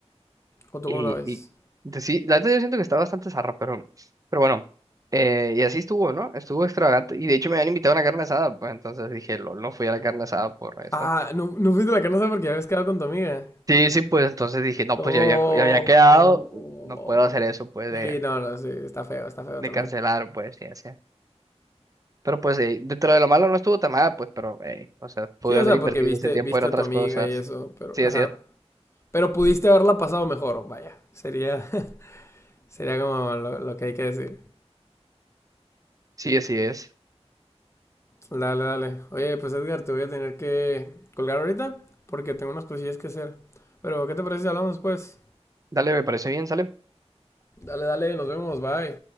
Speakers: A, on the left; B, on the right.
A: ¿O tú
B: Y,
A: cómo la ves?
B: y de- sí, la verdad yo siento que está bastante zarra, pero, pero bueno. Eh, y así estuvo, ¿no? Estuvo extravagante. Y de hecho me habían invitado a una carne asada, pues. Entonces dije, lol, no fui a la carne asada por esto.
A: Ah, no, no fuiste a la casa porque ya habías quedado con tu amiga.
B: Sí, sí, pues entonces dije, no,
A: No.
B: pues ya había, ya había quedado, no puedo hacer eso, pues,
A: Sí,
B: de,
A: no, no, sí, está feo, está feo
B: de
A: también.
B: cancelar, pues, y así. Pero pues, eh, dentro de lo malo no estuvo tan mal, pues, pero, eh, o sea, pude
A: Sí, o
B: haber
A: sea,
B: invertido
A: porque viste,
B: ese tiempo
A: viste
B: en otras
A: a tu amiga
B: cosas.
A: y eso, pero,
B: Sí,
A: ajá.
B: así es.
A: Pero pudiste haberla pasado mejor, vaya. Sería, <laughs> sería como lo, lo que hay que decir.
B: Sí, así es.
A: Dale, dale. Oye, pues Edgar, te voy a tener que colgar ahorita porque tengo unas cosillas que hacer. Pero, ¿qué te parece si hablamos después?
B: Dale, me parece bien, sale.
A: Dale, dale, nos vemos, bye.